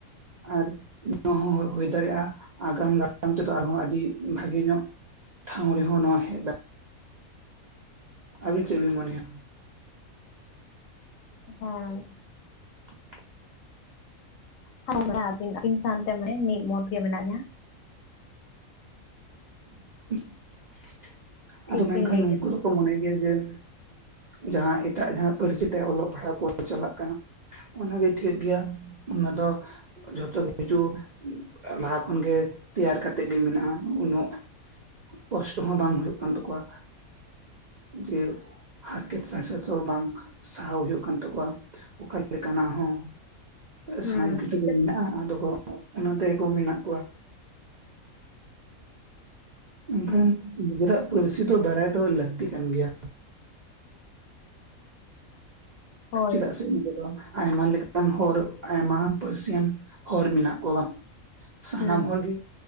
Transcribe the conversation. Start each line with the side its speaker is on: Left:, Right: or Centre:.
Right: ᱟᱨ ᱦᱩᱭ ᱫᱟᱲᱮᱭᱟᱜᱼᱟ ᱟᱜᱟᱢ ᱫᱟᱨᱟᱢ ᱛᱮᱫᱚ ᱟᱨᱦᱚᱸ ᱟᱹᱰᱤ ᱵᱷᱟᱜᱮ ᱧᱚᱜ ᱴᱷᱟᱶ ᱨᱮᱦᱚᱸ ᱱᱚᱣᱟ ᱦᱮᱡ ᱟᱵᱤᱱ ᱪᱮᱫ ᱢᱚᱱᱮᱣᱟ
Left: ᱦᱮᱸ
Right: <inaudible>
Left: ᱦᱮ ᱟᱵᱤᱱ ᱥᱟᱶᱛᱮ ᱢᱟᱱᱮ ᱢᱤᱫ ᱢᱚᱛ ᱜᱮ ᱢᱮᱱᱟᱜ ᱞᱤᱧᱟ᱿
Right: <unintelligible> ᱟᱫᱚ
Left: ᱴᱷᱤᱠ
Right: ᱢᱮᱱᱠᱷᱟᱱ
Left: ᱵᱤᱱ ᱞᱟᱹᱭ
Right: ᱱᱩᱠᱩ
Left: ᱠᱮᱫᱟ
Right: ᱫᱚ ᱠᱚ ᱢᱚᱱᱮ ᱜᱮᱭᱟ ᱡᱮᱸ ᱡᱟᱦᱟᱸ ᱮᱴᱟᱜ ᱡᱟᱦᱟᱸ ᱯᱟᱹᱨᱥᱤ ᱛᱮ ᱚᱞᱚᱜ ᱯᱟᱲᱦᱟᱜ ᱠᱚ ᱪᱟᱞᱟᱜ ᱠᱟᱱᱟ ᱚᱱᱟᱜᱮ ᱴᱷᱤᱠ ᱜᱮᱭᱟ ᱚᱱᱟ ᱫᱚ ᱡᱷᱚᱛᱚ ᱠᱤᱪᱷᱩ ᱞᱟᱦᱟ ᱠᱷᱚᱱᱜᱮ ᱛᱮᱭᱟᱨ ᱠᱟᱛᱮᱜ ᱜᱮ ᱢᱮᱱᱟᱜᱼᱟ ᱩᱱᱟᱹᱜ ᱠᱚᱥᱴᱚ ᱦᱚᱸ ᱵᱟᱝ ᱦᱩᱭᱩᱜ ᱠᱟᱱ ᱛᱟᱠᱚᱣᱟ ᱡᱮ ᱦᱟᱨᱠᱮᱛ ᱥᱟᱭᱥᱮᱛ ᱦᱚ ᱵᱟᱝ ᱥᱟᱦᱟᱣ ᱦᱩᱭᱩᱜ ᱠᱟᱱ ᱛᱟᱠᱚᱣᱟ ᱚᱠᱟ ᱞᱮᱠᱟᱱᱟᱜ ᱦᱚᱸ
Left: ᱦᱮᱸ
Right: ᱥᱟᱱᱟᱢ ᱠᱤᱪᱷᱩ
Left: ᱴᱷᱤᱠ
Right: ᱜᱮ ᱢᱮᱱᱟᱜᱼᱟ ᱟᱫᱚ ᱠᱚ ᱚᱱᱟ ᱛᱮᱜᱮ ᱠᱚ ᱢᱮᱱᱟᱜ ᱠᱚᱣᱟ᱾ ᱢᱮᱱᱠᱷᱟᱱ
Left: ᱦᱮᱸ
Right: ᱱᱤᱡᱮᱨᱟᱜ ᱯᱟᱹᱨᱥᱤ ᱫᱚ ᱵᱟᱲᱟᱭ ᱫᱚ ᱞᱟᱹᱠᱛᱤ ᱠᱟᱱ ᱜᱮᱭᱟ᱾
Left: ᱦᱳᱭ
Right: ᱪᱮᱫᱟᱜ ᱥᱮ ᱩᱱᱠᱩ ᱫᱚ ᱟᱭᱢᱟ ᱞᱮᱠᱟ ᱟᱱ ᱦᱚᱲ ᱟᱭᱢᱟ ᱯᱟᱹᱨᱥᱤᱭᱟᱱ ᱦᱚᱲ ᱢᱮᱱᱟᱜ ᱠᱚᱣᱟ ᱥᱟᱱᱟᱢ
Left: ᱦᱮᱸ
Right: ᱦᱚᱲ ᱜᱮ